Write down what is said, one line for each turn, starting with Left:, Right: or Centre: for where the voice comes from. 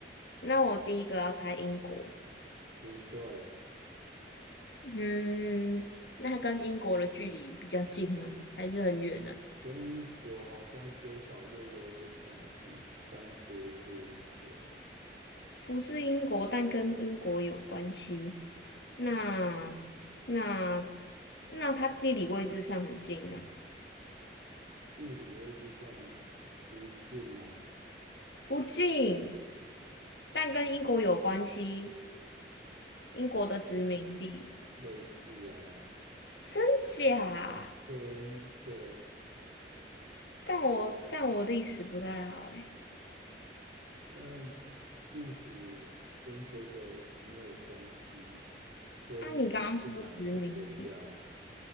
Left: 那我第一个要猜英国，
Right: 不对，
Left: 嗯，那跟英国的距离比较近吗？还是很远呢？
Right: 跟英国好像多少又有点关系，但不是英国。
Left: 不是英国，但跟英国有关系。那那那它地理位置上很近吗？
Right: 地理位置上不近啊，
Left: 不近，但跟英国有关系，英国的殖民地，
Right: 对啊，类似啊，
Left: 真假？
Right: 真的，
Left: 但我但我历史不太好诶。
Right: 但历史跟这个没有关系，所以你说是哪一个国家？
Left: 那、你刚刚说殖民地，